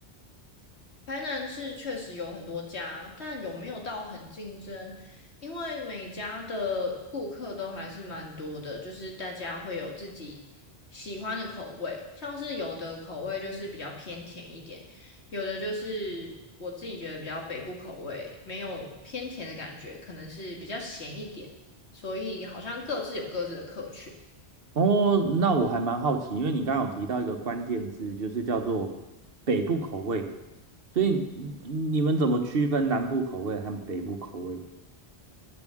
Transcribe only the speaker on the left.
台南是确实有很多家，但有没有到很竞争？因为每家的顾客都还是蛮多的，就是大家会有自己喜欢的口味，像是有的口味就是比较偏甜一点，有的就是我自己觉得比较北部口味，没有偏甜的感觉，可能是比较咸一点，所以好像各自有各自的客群。